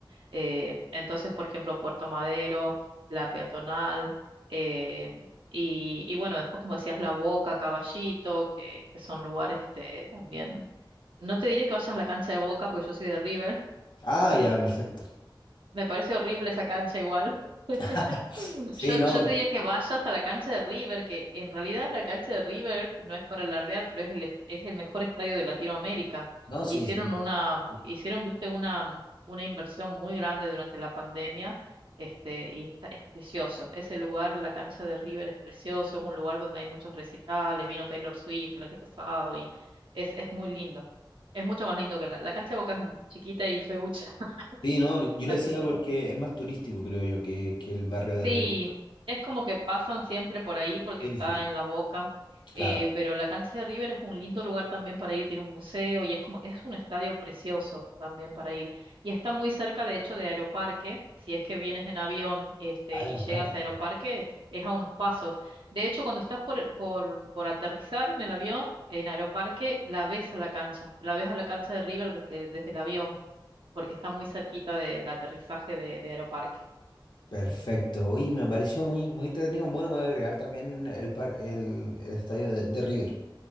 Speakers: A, on the right; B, on the left.
A: Eh, entonces, por ejemplo, Puerto Madero, la peatonal. eh, y, y bueno, después como decías, La Boca, Caballito, que, que son lugares este, también no te diré que vayas a la cancha de Boca porque yo soy de River.
B: Ah, ya, perfecto.
A: Me parece horrible esa cancha igual.
B: <laughs>
A: Yo,
B: Sí, no,
A: yo te diría que vayas hasta la cancha de River, que en realidad la cancha de River no es para alardear, pero es el, es es el mejor estadio de Latinoamérica.
B: no, sí,
A: Hicieron
B: sí.
A: una,
B: Sí,
A: hicieron, viste, una, una inversión muy grande durante la pandemia, este, y está, es precioso. Ese lugar, la cancha de River es precioso, es un lugar donde hay muchos recitales, vino Taylor Swift el año pasado y es, es muy lindo. Es mucho más lindo que la, la cancha de Boca es mu- chiquita y feucha, <laughs>
B: Sí, no, yo lo
A: así
B: decía
A: que
B: porque es más turístico, creo yo, que, que el barrio
A: Sí,
B: de Río.
A: es como que pasan siempre por ahí porque
B: Sí,
A: está
B: sí, sí.
A: en la boca,
B: Claro.
A: eh, pero la cancha de River es un lindo lugar también para ir, tiene un museo y es como, es un estadio precioso también para ir. Y está muy cerca, de hecho, de Aeroparque, si es que vienes en avión, este,
B: Ah,
A: y
B: era
A: llegas
B: un par.
A: a Aeroparque, es a unos pasos. De hecho, cuando estás por, por, por aterrizar en el avión, en Aeroparque, la ves a la cancha, la ves a la cancha de River desde, desde el avión, porque está muy cerquita de- del aterrizaje de de Aeroparque.
B: Perfecto. Oye, me pareció muy, muy entretenido. Bueno, voy a agregar también el, par, el, el estadio de, de River.